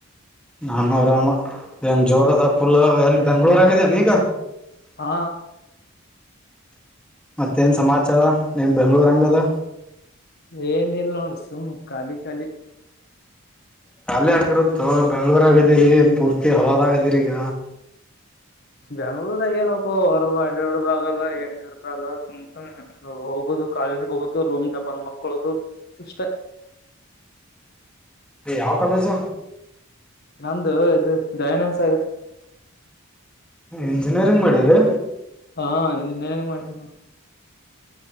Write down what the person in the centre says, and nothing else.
ನಾನೂ ಆರಾಮ್ ಏನ್ ಜೋರ
ಅದ ಪುಲ್ ಎಲ್ಲಿ ಬೆಂಗ್ಳೂರ್ ಅದಿ ಏನ್ ಈಗ.
ಮತ್ತೇನು ಸಮಾಚಾರ ನಿಂದು ಬೆಂಗ್ಳೂರು ಹೆಂಗದ.
ಖಾಲಿ ಹಂಗಿರುತ್ತ ಬೆಂಗ್ಳೂರ್ ಆದಿರಿ ಪೂರ್ತಿ ಹವಾದಾಗದಿರಿ ಈಗ.
ಯಾವ ಕಾಲೇಜ್.
ಇಂಜಿನಿಯರಿಂಗ್ ಮಾಡಿರಿ.